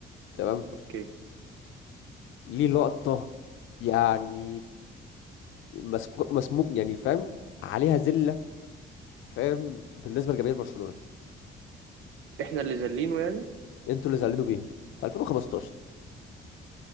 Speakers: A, on the left; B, on the right.
A: تمام
B: اوكي
A: ليه لقطة يعني مسكوك مسموك يعني فاهم عليها زلة فاهم بالنسبة لجماهير برشلونة
B: احنا اللي زلينه يعني
A: انتوا اللي زعلانين بيها في 2015